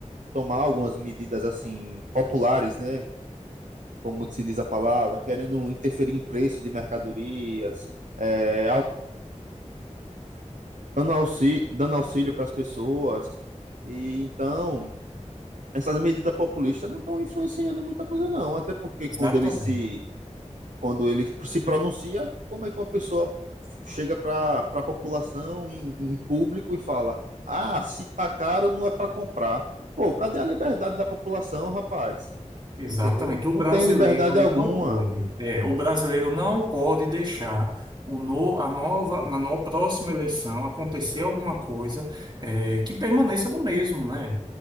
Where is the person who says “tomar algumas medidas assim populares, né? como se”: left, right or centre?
Right